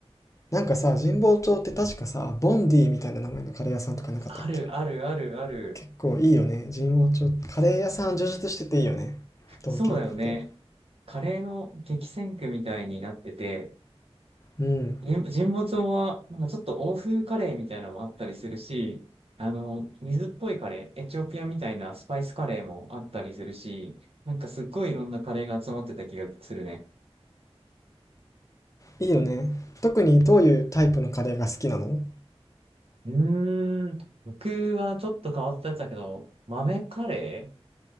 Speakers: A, on the left; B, on the right.
A: なんかさ、神保町って確かさ、ボンディみたいな名前のカレー屋さんとかなかったっけ
B: あるあるあるある。
A: 結構いいよね、神保町。カレー屋さん充実してていいよね、東京って。
B: そうだよね。カレーの激戦区みたいになってて、
A: うん、
B: 神神保町は、なんかちょっと欧風カレーみたいなのもあったりするし、あの、水っぽいカレー、エチオピアみたいなスパイスカレーもあったりするし、なんかすっごいいろんなカレーが集まってた気がするね。
A: いいよね。特にどういうタイプのカレーが好きなの
B: うーん。僕はちょっと変わったやつだけど、豆カレーっ